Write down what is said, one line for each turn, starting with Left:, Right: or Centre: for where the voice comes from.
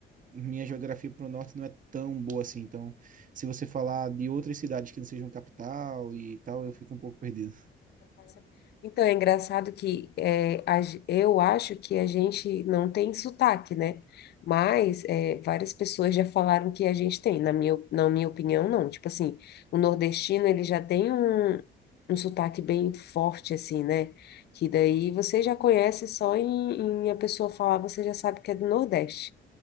Right: minha geografia para o norte não é tão boa assim. Então, se você falar de outras cidades que não sejam capital e tal, eu fico um pouco perdido.
Left: vai saber. Então, é engraçado que é, a ge- eu acho que a gente não tem sotaque, né? Mas é, várias pessoas já falaram que a gente tem. Na minha, na minha opinião, não. Tipo assim, o nordestino, ele já tem um, um sotaque bem forte, assim, né? Que daí você já conhece só em, em a pessoa falar, você já sabe que é do Nordeste.